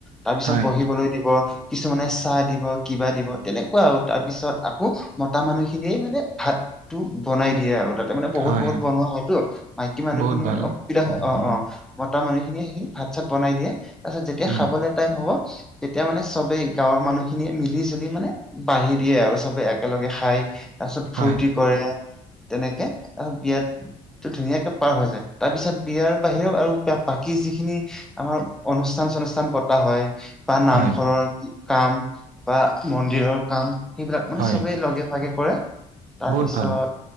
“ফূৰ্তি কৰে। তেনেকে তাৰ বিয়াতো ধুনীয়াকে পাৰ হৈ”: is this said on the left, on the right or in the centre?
Centre